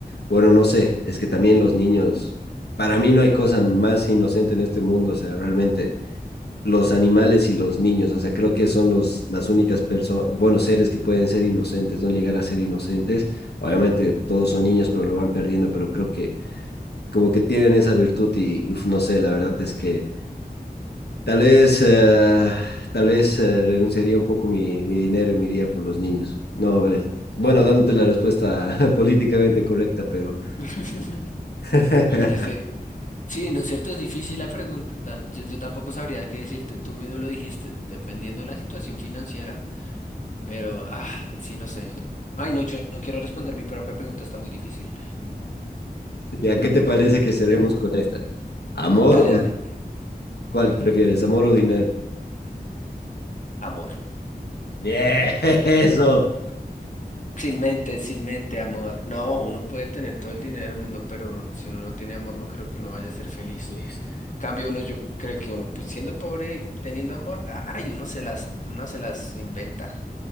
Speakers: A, on the left (about 80°); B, on the left (about 50°).
A: bueno, no sé, es que también los niños, para mí no hay cosa más inocente en este mundo, o sea, realmente los animales y los niños. O sea, creo que son los, las únicas personas, buenos seres que pueden ser inocentes, no llegar a ser inocentes. Obviamente todos son niños, pero lo van perdiendo, pero creo que como que tienen esa virtud y uf, no sé, la verdad es que tal vez, eh, tal vez eh, renunciaría un poco mi, mi dinero y me iría por los niños. No, ve. Bueno, dándote la respuesta <laughs> políticamente correcta, pero
B: <laughs>
A: <laughs>
B: En efecto. Sí, ¿no es cierto? Es difícil la pregunta. Yo, yo tampoco sabría qué decirte. Tú mismo lo dijiste, dependiendo de la situación financiera. Pero, ah, sí, no sé. Ay, no, yo no quiero responder mi propia pregunta, está muy difícil.
A: ¿ya qué te parece que cerremos con esta? ¿Amor
B: Dale,
A: o
B: dale.
A: cuál prefieres, amor o dinero?
B: Amor.
A: <laughs> Yeah, eso.
B: Sin mente, sin mente, amor. No, uno puede tener todo el dinero del mundo, pero si uno no tiene amor, no creo que uno vaya a ser feliz.
A: Listo.
B: Cambio uno, yo creo que uno, pues siendo pobre, teniendo amor, ay, uno se las, uno se las inventa.